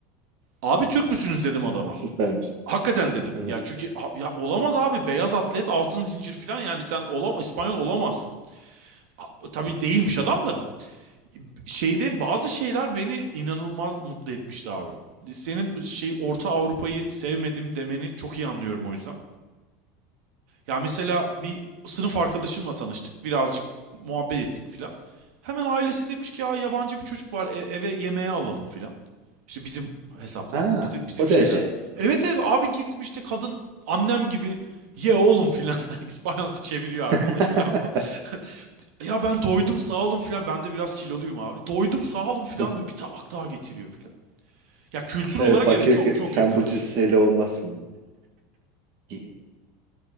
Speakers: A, on the right; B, on the right.
A: Abi Türk müsünüz dedim adama.
B: Süpermiş.
A: Hakikaten dedim.
B: Hı hı.
A: Ya çünkü ya olamaz abi beyaz atlet altın zincir falan yani sen olam İspanyol olamazsın. Ha, Tabii değilmiş adam da şeyde bazı şeyler beni inanılmaz mutlu etmişti abi. Senin şey Orta Avrupa'yı sevmedim demeni çok iyi anlıyorum o yüzden. Ya mesela bir sınıf arkadaşımla tanıştık. Birazcık muhabbet ettik filan. Hemen ailesi demiş ki ya yabancı bir çocuk var e- eve yemeğe alalım filan. İşte bizim hesaplar,
B: Ha,
A: bizim bizim
B: o
A: şeyler.
B: derece.
A: Evet evet abi girdim işte kadın annem gibi ye oğlum <laughs> filan hani İspanyolca çeviriyor
B: <laughs>
A: arkadaş filan falan. <laughs> ya ben doydum sağ olun filan. Ben de biraz kiloluyum abi. Doydum sağ olun filan
B: Hı hı.
A: diyor. Bir tabak daha getiriyor filan. Ya kültür
B: Evet
A: olarak
B: bakıyor
A: evet çok
B: ki
A: çok
B: sen
A: yakınız.
B: bu cüsseyle olmazsın diye.